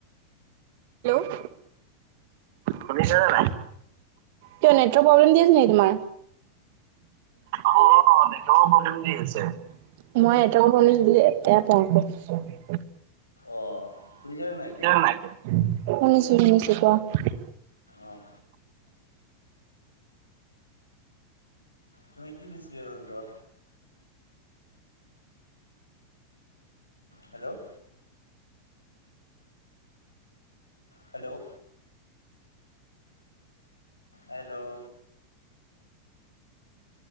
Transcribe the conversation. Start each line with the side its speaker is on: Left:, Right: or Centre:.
Right: হেল্ল' শুনিছানে নাই, কিয় নেটৱৰ্ক প্ৰব্লেম দি আছে নি তোমাৰ? অ' অ' নেটৱৰ্কৰ প্ৰব্লেম দি আছে। মই নেটৱৰ্কৰ প্ৰব্লেম দিলে বেয়া পাওঁ আক।
Left: অঁ শুনিছানে নাই এতিয়া
Right: শুনিছোঁ শুনিছোঁ কোৱা।
Left: আহ' তুমি কি ভেজিটেবুল ভাল পোৱা? Hello hello hello